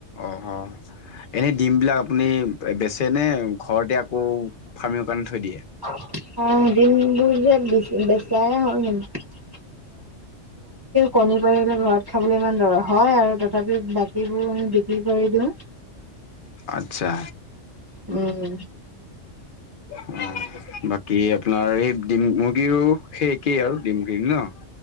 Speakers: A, on the left (about 55°); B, on the right (about 25°).
A: অ-হ এনে দিম বিলাক আপুনি বেচে নে ঘৰতে আকৌ ফাৰ্মিং কাৰণে থৈ দিয়ে।
B: অ, দিমবোৰ যে বিছি বেচাই হয় হয় নেকি? কণী পাৰিলে ঘৰত খাবলৈ ইমান হয় আৰু তথাপিও বাকীবোৰ বিক্ৰী কৰি দিওঁ।
A: আচ্ছা।
B: উম্।
A: অ', বাকী আপোনাৰ এই ডিম মুৰ্গীও সেই একেই আৰু ডিমখিনি ন?